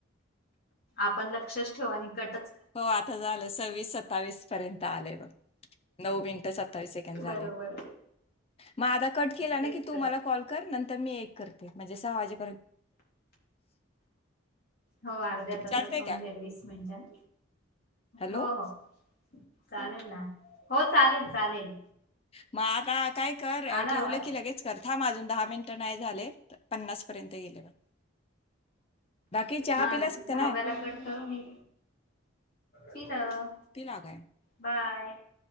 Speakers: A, on the left; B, on the left.
A: आपण लक्षच ठेव आणि कट
B: हो आता झालं सव्वीस सत्तावीस पर्यंत आलय बग, नऊ मिनटं सत्तावीस सेकंद झाले,
A: बरोबर
B: मग आता केला ना
A: तेच
B: की तू
A: तर
B: मला कॉल कर नंतर मी ए करते म्हजे सहा वाजे
A: हो अर्ध्या तासात
B: चालतय
A: होऊन
B: का?
A: जाईल वीस मिंट हम्
B: हॅलो
A: हो हो. चालेल ना हो चालेल चालेल
B: मग आता काय कर,
A: आला
B: ठेवलं
A: आवाज
B: की लगेच कर थांब अजून दहा मिनटं नाही झाले पन्नास पर्यंत गेले बघ बाकी चहा
A: हा
B: पिलास
A: धहाव्याला
B: का नाही?
A: कट करून पिलं
B: पिला काय
A: बाय.